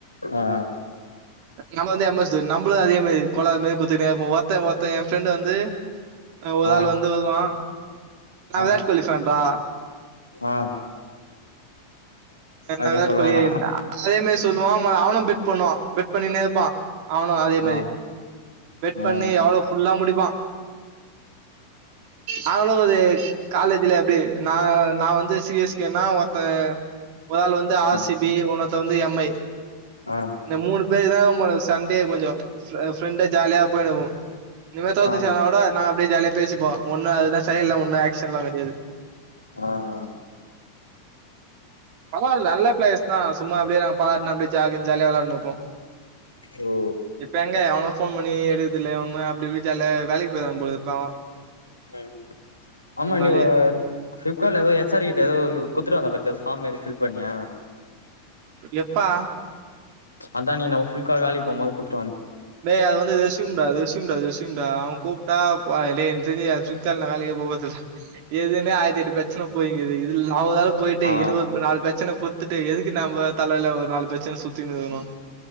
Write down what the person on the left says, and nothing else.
ஆ ஆ
ஆ
ஆ
ஆ
அப்டி
சொல்லுவானா
ஆ
ஆ
ஆ
ஆ
ஆ
ஆஹ்
ஓ
உம் ஆமா
நீ அ ஒ ஃப்ளிப்கார்ட்ல ஏதோ எச் ஆர் கிட்ட எதோ குத்துடு வந்த பாத்தியா எதோ ஃபாம் மாரி ஃபில் பண்ணியா
அதான் நீ நம்ம ஃபிலிப்கா வேலைக்கு போம்போது குத்த
ஆ